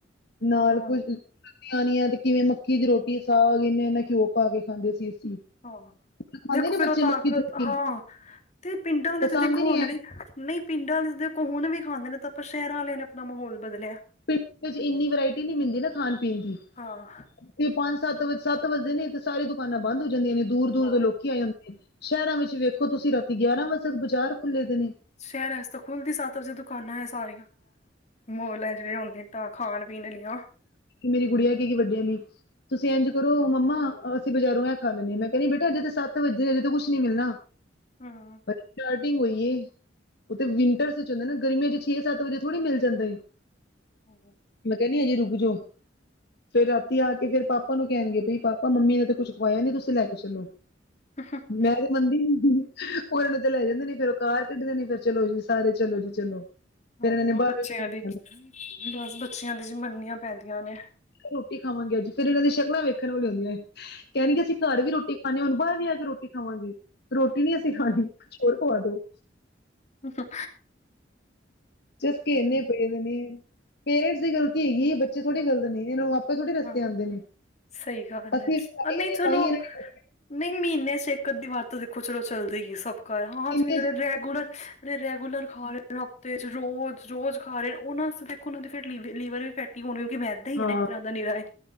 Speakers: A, on the left; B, on the left.
A: ਨਾਲ
B: ਹਾਂ,
A: ਕੋਈ ਸਰਦੀਆਂ ਆਣੀਆਂ ਤੇ ਕਿਵੇਂ ਮੱਕੀ ਦੀ ਰੋਟੀ ਸਾਗ ਇਨਾਂ-ਇਨਾਂ ਘਿਓ ਪਾ ਕੇ ਖਾਂਦੇ ਸੀ ਅਸੀਂ।
B: ਹਾਂ।
A: ਖਾਂਦੇ
B: ਦੇਖੋ
A: ਨੇ
B: ਫਿਰ
A: ਬੱਚੇ
B: ਉਹ ਤਾਕਤ
A: ਮੱਕੀ ਦੀ ਰੋਟੀ
B: ਹਾਂ, ਤੇ ਪਿੰਡਾਂ ਵਾਲੇ
A: ਪਸੰਦ
B: ਤੇ ਦੇਖੋ
A: ਹੀ ਨਹੀਂ
B: ਹੁਣ
A: ਹੈ
B: ਵੀ ਨਹੀਂ ਪਿੰਡਾਂ ਵਾਲੇ ਦੇਖੋ ਹੁਣ ਵੀ ਖਾਂਦੇ ਨੇ ਇਹ ਤਾਂ ਆਪਾਂ ਸ਼ਹਿਰਾਂ ਵਾਲਿਆਂ ਨੇ ਆਪਣਾ ਮਾਹੌਲ ਬਦਲਿਆਂ।
A: ਪਿੰਡ ਵਿੱਚ ਇੰਨੀ ਵਰਾਇਟੀ ਨਹੀਂ ਮਿਲਦੀ ਨਾ ਖਾਣ ਪੀਣ ਦੀ।
B: ਹਾਂ,
A: ਤੇ ਪੰਜ-ਸੱਤ ਵ ਸੱਤ ਵੱਜਦੇ ਨੇ ਤੇ ਸਾਰੀ ਦੁਕਾਨਾਂ ਬੰਦ ਹੋ ਜਾਂਦੀਆਂ ਨੇ। ਦੂਰ-ਦੂਰ
B: ਹਾਂ।
A: ਦੇ ਲੋਕੀ ਆ ਜਾਂਦੇ ਨੇ। ਸ਼ਹਿਰਾਂ ਵਿੱਚ ਵੇਖੋ ਤੁਸੀਂ ਰਾਤੀ ਗਿਆਰਾਂ ਵਜੇ ਤੱਕ ਬਾਜ਼ਾਰ ਖੁੱਲੇ ਦੇ ਨੇ।
B: ਸ਼ਹਿਰਾਂ ਚ ਤਾਂ ਖੁੱਲਦੀ ਸੱਤ ਵਜੇ ਦੁਕਾਨਾਂ ਐ ਸਾਰੀਆਂ। ਮੋਲ ਹੈ ਜਿਵੇਂ ਆਉਦੇ ਨੇ ਤਾਂ ਖਾਣ-ਪੀਣ ਆਲੀਆ।
A: ਮੇਰੀ ਗੁੜੀਆਂ ਕੇਗੀ ਵੱਡੀ ਆਲੀ। ਤੁਸੀਂ ਇੰਝ ਕਰੋ ਮੰਮਾ ਅਸੀਂ ਬਜ਼ਾਰੋਂ ਐ ਖਾ ਲੈਂਦੇ ਹਾਂ, ਮੈਂ ਕਹਿਣੀ ਬੇਟਾ ਅਜੇ ਤਾਂ ਸੱਤ ਵੱਜਦੇ ਅਜੇ ਤਾਂ ਕੁਛ ਨੀ ਮਿਲਣਾ।
B: ਹੂੰ
A: ਅੱਛਾ। ਕੁੜੀ ਹੋਈ ਹ। ਉਹ ਤਾਂ ਵਿੰਟਰਸ ਚ ਹੁੰਦਾ ਨਾ ਗਰਮੀਆਂ ਚ ਛੇ ਸੱਤ ਵਜੇ ਥੜੀ ਮਿਲ ਜਾਂਦਾ ਏ।
B: ਹਮ।
A: ਮੈਂ ਕਹਿਣੀ ਹਜੇ ਰੁਕ ਜੋ। ਫਿਰ ਰਾਤੀ ਆ ਕੇ ਫਿਰ ਪਾਪਾ ਨੂੰ ਕਹਿਣਗੇ ਬਈ ਪਾਪਾ ਮੰਮੀ ਨੇ ਤੇ ਕੁਛ ਖਵਾਇਆ ਨੀ ਤੁਸੀਂ ਲੈ ਕੇ ਚਲੋ। <inaudible>
B: <inaudible>
A: ਮੈਂ ਤੇ ਮਨਦੀ ਨੀ, ਓਹਨਾ ਨੂੰ ਤੇ ਲੈ ਜਾਂਦੇ ਨੇ ਫੇਰ ਓਹ ਕਾਰ ਕੱਢਦੇ ਨੇ ਫੇਰ ਚਲੋ ਜੀ ਸਾਰੇ ਚਲੋ ਜੀ ਚਲੋ।
B: ਹਾਂ
A: ਫੇਰ ਇਹਨਾਂ
B: ਹੋਰ
A: ਨੇ ਬਾਹਰੋਂ
B: ਬੱਚਿਆਂ ਦੀ ਬਸ ਬੱਚਿਆਂ ਦੀ ਜੀ ਮੰਨੀਆਂ ਪੈਂਦੀਆਂ ਨੇ।
A: ਰੋਟੀ ਖਾਵਾਂਗੇ ਅੱਜ, ਫੇਰ ਐਹਨਾਂ ਦੀ ਸ਼ਕਲਾਂ ਵੇਖਣ ਵਾਲੀਆਂ ਹੁੰਦੀਐ। ਕੈਣਗੇ ਅਸੀਂ ਘਰ ਵੀ ਰੋਟੀ ਖਾਣੇ ਆਂ, ਹੁਣ ਬਾਰ ਵੀ ਆ ਕੇ ਰੋਟੀ ਖਾਵਾਂਗੇ। ਰੋਟੀ ਨੀ ਅਸੀਂ ਖਾਣੀ, ਹੋਰ ਖਵਾ ਦੋ।
B: ਹੂੰਹੂੰ।
A: ਚਸਕੇ ਏਨੇ ਪਏ ਦੇ ਨੇ। ਪੇਰੈਂਟਸ ਦੀ ਗਲਤੀ ਹੈਗੀ ਏ। ਬੱਚੇ ਥੋੜੀ ਗਲਤੀ ਨੇ, ਏਹਨਾਂ ਨੂੰ ਆਪੇ ਥੋੜੇ ਰਸਤੇ
B: ਹਾਂ
A: ਆਂਦੇ ਨੇ।
B: ਸਹੀ ਗੱਲ
A: ਅਸੀਂ
B: ਏ,
A: ਵੀ ਆਏ
B: ਅਰ ਨਹੀਂ
A: ਨੇ
B: ਚਲੋ,
A: ਤਾਂ ਹੀ ਇਹਨਾਂ
B: ਨਹੀਂ ਮੀਨੇ ਚ ਏਕ-ਅੱਧੀ ਵਾਰ ਤਾ ਦੇਖੋ ਚਲੋ ਚੱਲਦਾ ਈ ਏ, ਸਭ ਕਰ ਹਾਂ ਜਿਵੇਂ
A: ਨੇ
B: ਜੇੜੇ ਰੇਗੂਲਰ ਰੇਗੂਲਰ ਖਾ ਰੇ ਤੇ ਰੋਜ਼, ਰੋਜ਼ ਖਾ ਰੇ ਨੇ ਓਹਨਾਂ ਅਸਤੇ ਦੇਖੋ ਨਾ ਓਨਾਦੇ ਫਿਰ ਲੀਵ ਲੀਵਰ ਵੀ ਫੈਟੀ ਹੋਣ ਕਿਉਂਕਿ ਮੈਦਾ ਈ
A: ਹਾਂ
B: ਏ ਨਾ ਇੱਕ ਤਰ੍ਹਾਂ ਮੈਦਾ ਨੀਰਾਂ ਏ।